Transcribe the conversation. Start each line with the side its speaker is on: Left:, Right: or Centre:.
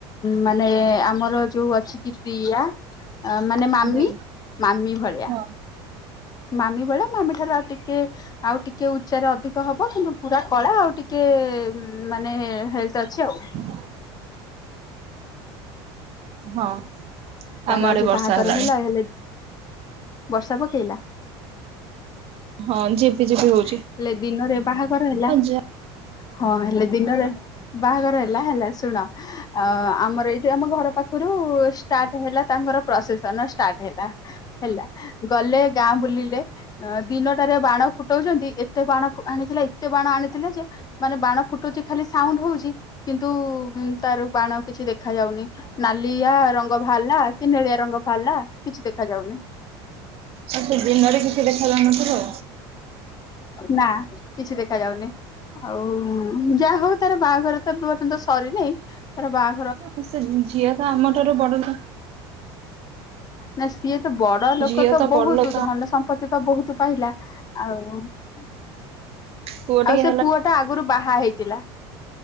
Left: ମାନେ ଆମର ଯୋଉ ଅଛି କି ପ୍ରିୟଆ ମାନେ ମାମି
Right: ମେ
Left: ମାମି ଭଳିଆ।
Right: ହଁ
Left: ମାମି ଭେଳିଆ ମାମି ଠାରୁ ଆଉ ଟିକେ ଆଉ ଟିକେ ଉଚ୍ଚାରେ ଅଧିକ ହବ କିନ୍ତୁ ପୁରା କଳା ଆଉ ଟିକେ ମାନେ ହେଲ୍ଥ ଅଛି ଆଉ।
Right: ହ ହଁ
Left: ତାର
Right: ଆମ
Left: ଆଜି
Right: ଆଡେ ବର୍ଷା
Left: ବାହାଘର
Right: ହେଲାଣି।
Left: ହେଲା ହେଲେ ବର୍ଷା ପକେଇଲା?
Right: ହଁ ଝିପି ଝିପି ହଉଛି
Left: ହେଲେ ଦିନରେ ବାହାଘର ହେଲା।
Right: ଆଉ ଯା
Left: ହଁ ହେଲେ ଦିନରେ ବାହାଘର ହେଲା ହେଲା ଶୁଣ ଅ ଆମର ଏଇଠି ଆମ ଘର ପାଖରୁ ଷ୍ଟାର୍ଟ ହେଲା ତାଙ୍କର ପ୍ରସେସନ ଷ୍ଟାର୍ଟ ହେଲା। ହେଲା ଗଲେ ଗାଁ ବୁଲିଲେ। ଦିନଟାରେ ବାଣ ଫୁଟାଉଛନ୍ତି ଏତେ ବାଣ ଆଣିଥିଲା ଏତେ ବାଣ ଆଣିଥିଲା ଯେ ମାନେ ବାଣ ଫୁଟୁଛି ଖାଲି ସାଉଣ୍ଡ ହଉଛି। କିନ୍ତୁ ତାର ବାଣ କିଛି ଦେଖା ଯାଉନି ନାଲିଆ ରଙ୍ଗ ରଙ୍ଗ ବାହାରିଲା କି ନଳିଆ ରଙ୍ଗ ବାହାରିଲା କିଛି ଦେଖା ଯାଉନି।
Right: ଆଉ ସେ ଦିନରେ କିଛି ଦେଖାଯାଉନଥିବ।
Left: ନା କିଛି ଦେଖାାଯାଉନି। ଆଉ ଯାହା ହଉ ତାର ବାହାଘର ତ ପର୍ଯ୍ୟନ୍ତ ସରିନାହିଁ ତାର ବାହା
Right: ଆ ସେ ଝିଅ ତ ଆମ ଠାରୁ ବଢତ।
Left: ନା ସିଏ ତ ବଡ ଲୋକ
Right: ଝିଅ
Left: ତ ବହୁତ
Right: ବଡ ଲୋକ
Left: ଧନ ସମ୍ପତ୍ତି ତ ବହୁତ ତୁ ପାଇଲା ଆଉ ଆଉ
Right: ପୁଅ ଟିକେ
Left: ସେ ପୁଅ ଟା ଆଗରୁ ବାହା ହେଇଥିଲା